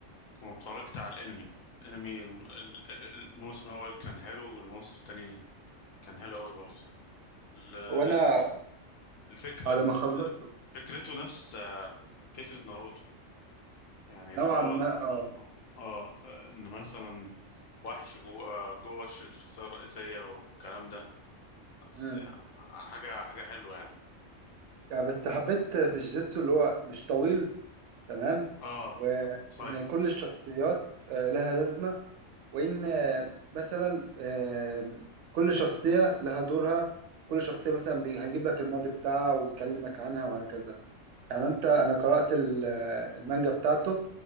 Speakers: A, on the left; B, on the right.
A: واتفرجت على الانمي الانمي الم- ال- الموسم الاول كان حلو والموسم الثاني كان حلو قوي برضه ال-
B: هو انا
A: الفكرة
B: بعد
A: ان
B: ما خلصته
A: فكرته نفس آه، فكرة ناروتو يعني اللي
B: نوعا
A: هو
B: ما اه
A: اه آه، ان مثلا وحش جوه جوه الش- الشخصية الرئيسية والكلام ده بس
B: امم
A: آه، حاجة حاجة حلوة يعني
B: يعني بس حبيت في الجيتسو اللي هو مش طويل تمام
A: اه
B: وان
A: صاير
B: كل الشخصيات آه، لها لازمه وان آه، مثلا آه، كل شخصيه لها دورها كل شخصيه مثلا بي- هيجيب لك الماضي بتاعها ويكلمك عنها وهكذا يعني انت انا قرات ال- آه، المانجا بتاعته